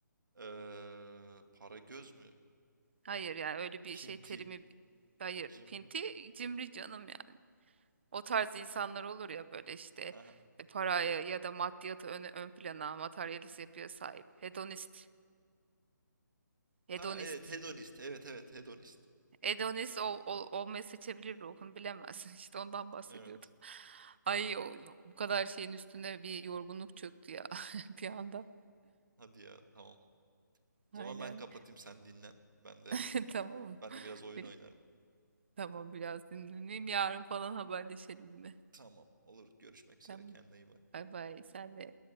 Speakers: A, on the right; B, on the right.
A: Eee para göz mü?
B: Hayır yani öyle bir
A: Pinti,
B: şey terimi hayır.
A: cimri.
B: Pinti cimri canım yani. O tarz insanlar olur ya böyle işte
A: Hı hı.
B: e, paraya ya da maddiyatı ön, ön plana materyalist yapıya sahip. Hedonist. Hedonist.
A: Ha evet hedonist. Evet evet hedonist.
B: Hedonist ol, ol- olmayı seçebilir ruhun bilemez. <laughs> İşte ondan bahsediyordum.
A: Evet.
B: Ay o, bu kadar şeyin üstüne bir yorgunluk çöktü ya <laughs> bir anda.
A: Hadi ya tamam. O
B: Aynen.
A: zaman ben kapatayım sen dinlen. Ben de
B: <laughs> Tamam.
A: ben de biraz oyun
B: Bir-
A: oynarım.
B: tamam biraz dinleneyim. Yarın falan haberleşelim yine.
A: Tamam olur görüşmek üzere
B: Tamam.
A: kendine iyi bak.
B: Bay bay. Sen de